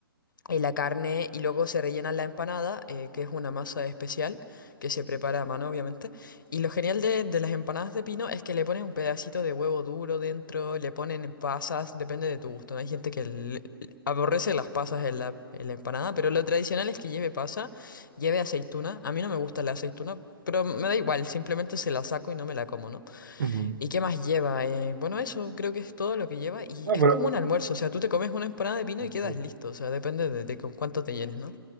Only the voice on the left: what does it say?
eh, la carne y luego se rellena la empanada, eh, que es una masa especial que se prepara a mano, obviamente. Y lo genial de, de las empanadas de pino es que le ponen un pedacito de huevo duro dentro, le ponen pasas, depende de tu gusto. ¿no? Hay gente que le- aborrece las pasas en la, en la empanada, pero lo tradicional es que lleve pasa, lleve aceituna. A mí no me gusta la aceituna, pero me da igual, simplemente se la saco y no me la como, ¿no?
¿Y qué más lleva? Eh, bueno, eso creo que es todo lo que lleva y
es
como un almuerzo, o sea, tú te comes una empanada de pino
y quedas listo, o sea, depende de, de con cuánto te llenes, ¿no?